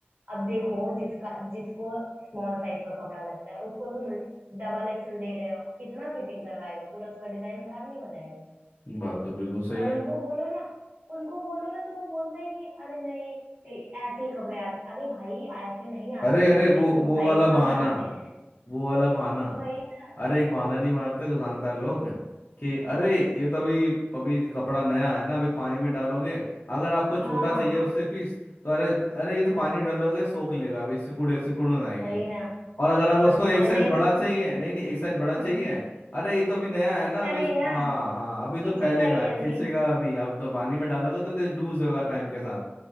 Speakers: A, on the right; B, on the left.
A: अब देखो जिसका जिसको स्मॉल साइज का कपड़ा लगता है उसको तुम डबल एक्सेल दे रहे हो कितना फिटिंग करवाएगा पूरा उसका डिजाइन खराब नहीं हो जाएगा
B: बात तो बिल्कुल सही
A: और
B: है
A: उनको बोलो ना उनको बोलो ना तो वो बोलते हैं कि अरे नहीं ए- ऐसे ही कपड़े आते अरे भाई ऐसे नहीं
B: अरे
A: आते हैं
B: अरे
A: कपड़े
B: वो
A: वो
B: वो
A: साइज
B: वाला बहाना
A: का बनाते हैं
B: वो वाला बहाना
A: वही ना
B: अरे एक बहाना नहीं मारते दुकानदार लोग कि अरे ये तो अभी अभी कपड़ा नया है ना अभी पानी में डालोगे अगर आपको छोटा
A: हाँ
B: चाहिए
A: हाँ
B: उससे पीस तो अरे अरे ये तो
A: हाँ
B: पानी में डालोगे सोख लेगा अभी सिकुड़े सिकुड़न आएगी
A: वही ना
B: और अगर आप उसको
A: और
B: एक
A: ऑनलाइन
B: साइज बड़ा चाहिए नहीं नहीं एक साइज बड़ा चाहिए
A: <laughs>
B: अरे ये तो अभी नया है ना
A: तनेगा
B: अभी इसको हाँ हाँ अभी
A: खींचेगा
B: जो फैलेगा
A: ये
B: खींचेगा
A: अभी
B: अभी आप तो पानी में डालोगे तो, तो लूज होगा टाइम के साथ